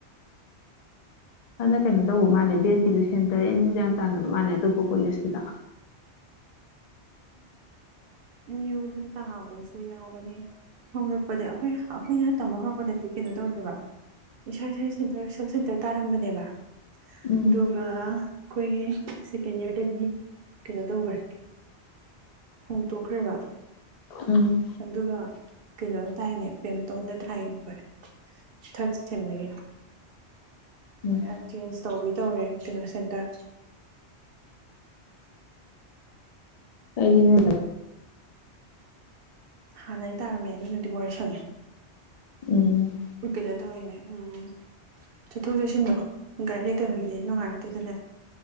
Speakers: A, on the left (about 60°); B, on the right (about 60°).
A: ꯐꯅ ꯀꯩꯅꯣ ꯇꯧꯕ ꯃꯥꯜꯂꯦ ꯕꯦꯠꯀꯤꯗꯨ ꯁꯦꯟꯇꯔ ꯑꯦꯒ꯭ ꯌꯥꯝ ꯇꯥꯟꯅꯕ ꯃꯥꯜꯂꯦ ꯑꯇꯣꯞꯄ ꯀꯣꯂꯦꯖꯀꯤꯗꯣ꯫
B: ꯎꯝ ꯌ ꯑꯗꯨꯝ ꯇꯥꯕꯁꯨ ꯌꯥꯎꯕꯅꯦ ꯍꯧꯔꯛꯄꯗ ꯑꯩꯈꯣꯏ ꯑꯩꯈꯣꯏꯅ ꯇꯝꯕ ꯍꯧꯔꯛꯄꯗꯗꯤ ꯀꯩꯅꯣ ꯇꯧꯗꯕ ꯏꯁꯥ ꯏꯁ ꯁꯦꯟꯇꯔ ꯁꯕ ꯁꯦꯟꯇꯔ ꯇꯥꯔꯝꯕꯅꯦꯕ
A: ꯎꯝ
B: ꯑꯗꯨꯒ ꯑꯩꯈꯣꯏꯒꯤ ꯁꯦꯀꯦꯟ ꯌꯌꯥꯔꯗꯒꯤ ꯀꯩꯅꯣ ꯇꯧꯈ꯭ꯔꯦ ꯍꯣꯡꯗꯣꯛꯈ꯭ꯔꯦꯔ
A: ꯎꯝ꯫
B: ꯑꯗꯨꯒ ꯀꯩꯅꯣꯗ ꯇꯥꯏꯅꯦ ꯄꯦꯝꯇꯣꯟꯗ ꯇꯥꯏꯅꯦ ꯑꯩꯈꯣꯏ ꯊꯥꯔꯠꯦꯝꯗꯒꯤ
A: ꯎꯝ
B: ꯃ ꯆꯦꯟꯖ ꯇꯧꯕꯩ ꯇꯧꯔꯦ ꯀꯩꯅꯣ ꯁꯦꯟꯇꯔ꯫
A: ꯀꯩꯗꯤꯅ
B: ꯍꯥꯟꯅ ꯑꯩ ꯇꯥꯔꯝꯃꯦ ꯑꯗꯨꯅꯗꯤ ꯋꯥꯔꯤ ꯁꯪꯉꯦ
A: ꯎꯝ
B: ꯀꯩꯅꯣ ꯇꯧꯔꯤꯅꯦ ꯎꯝ ꯆꯠꯊꯣꯛ ꯆꯠꯁꯤꯟꯗꯣ ꯒꯥꯏꯗ ꯂꯩꯇꯕꯒꯤꯗꯤ ꯅꯨꯡꯉꯥꯏ꯫ ꯑꯗꯨ ꯇ꯫